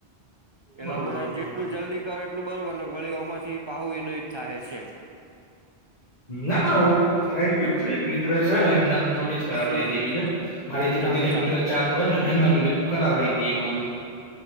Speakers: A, on the right; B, on the left.
A: એટલે
B: બરોબર
A: અમારે
B: બરોબર
A: જેટલું જલ્દી કરો એટલું બરોબર ને વળી આમાંથી પાહુ એનું એ થાહે એમ
B: ના ના હુ ઘરાય ગિયું છે એટલે મિત્ર છે એમના જોડે જ કરાવ
A: હમ
B: રહી દે
A: હમ
B: એવી છે મારી જે
A: ચાલે
B: બધી રેગ્યુલર
A: ચાલે
B: ચાલ હોય ને એમના જોડે કરાવ દઈએ બધું